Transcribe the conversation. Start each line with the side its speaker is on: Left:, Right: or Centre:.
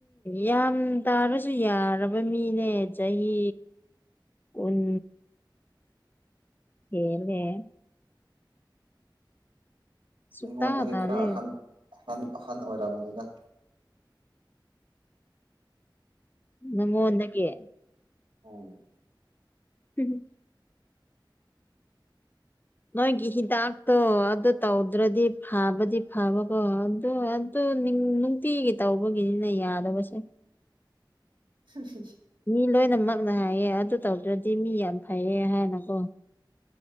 Left: ꯌꯥꯝ ꯇꯥꯔꯁꯨ ꯌꯥꯔꯕ ꯃꯤꯅꯦ ꯆꯍꯤ ꯎꯝ ꯀꯦꯔꯅꯦ ꯁꯨꯛꯇꯥ
Right: ꯑꯩꯉꯣꯟꯗꯒꯤꯩ
Left: ꯇꯥꯗꯦ
Right: ꯈꯔ ꯑꯍꯟ ꯑꯍꯟ ꯑꯍꯟ ꯑꯣꯏꯔꯝꯃꯅꯤꯅ
Left: ꯅꯪꯉ ꯑꯣꯗꯒꯦ
Right: ꯎ
Left: ꯍꯝ ꯅꯣꯏꯒꯤ ꯍꯤꯗꯥꯛꯇꯣ ꯑꯗꯨ ꯇꯧꯗ꯭ꯔꯗꯤ ꯐꯕꯗꯤ ꯐꯕꯀꯣ ꯑꯗꯨ ꯑꯗꯨ ꯑꯗꯨ ꯅꯨꯡꯇꯤꯒꯤ ꯇꯧꯕꯒꯤꯅꯤꯅ ꯌꯥꯗꯕꯁꯦ
Right: ꯍꯝ ꯍꯝ
Left: ꯃꯤ ꯂꯣꯏꯅꯃꯛꯅ ꯍꯥꯏꯌꯦ ꯑꯗꯨ ꯇꯧꯗ꯭ꯔꯗꯤ ꯃꯤ ꯌꯥꯝ ꯐꯩꯌꯦ ꯍꯥꯏꯅꯀꯣ